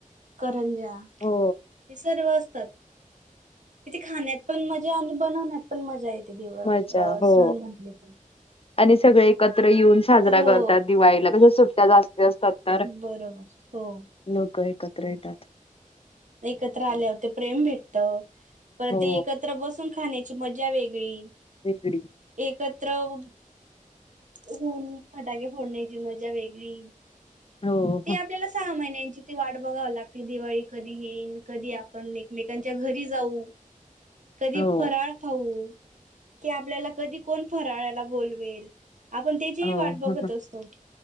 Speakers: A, on the right (about 60°); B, on the left (about 45°).
A: करंजा
B: हो
A: हे सर्व असतात. ती खाण्यात पण मजा, आणि बनवण्यात पण मजा येते, देवळ
B: मजा
A: अ
B: हो
A: सण म्हटल की.
B: आणि सगळे एकत्र येऊन साजरा
A: हो
B: करतात. दिवाळीला म्हणजे सुट्ट्या जास्त असतात. तर
A: बरोबर हो.
B: लोक एकत्र येतात.
A: एकत्र आल्यावर ते प्रेम भेटत. पर
B: हो
A: ते एकत्र बसून खाण्या मजा वेगळी.
B: बेकडी.
A: एकत्र होऊन, फटाके फोडण्याची मजा वेगळी.
B: हो
A: ती
B: हो
A: आपल्याला सहा महिन्यांची ती वाट बघाव लागते. ती दिवाळी कधी येईन, कधी आपण एकमेकांच्या घरी जाऊ. कधी
B: हो
A: फराळ खाऊ. की आपल्याला कधी कोण, फराळाला बोलवेल. आपण त्याचीही
B: हो.
A: वाट बघत असतो